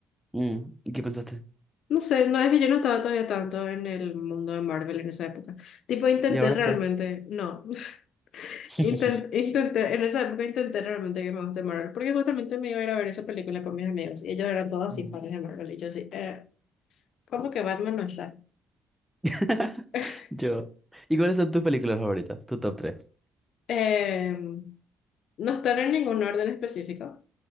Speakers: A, in the centre; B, on the left.
A: Mm, ¿y qué pensaste?
B: No sé, no es que yo no estaba todavía tanto en el mundo de Marvel en esa época. Tipo, intenté
A: ¿Y ahora
B: realmente,
A: estás?
B: no. <laughs>
A: <laughs>
B: Inten- intenté, en esa época intenté realmente que me guste Marvel, porque justamente me iba a ir a ver esa película con mis amigos y ellos eran todos así
A: Mm.
B: fans de Marvel y yo así, eh, ¿cómo que Batman no está?
A: <laughs>
B: <laughs>
A: Yo. ¿Y cuáles son tus películas favoritas? Tu top tres.
B: Eh, no están en ningún orden específico,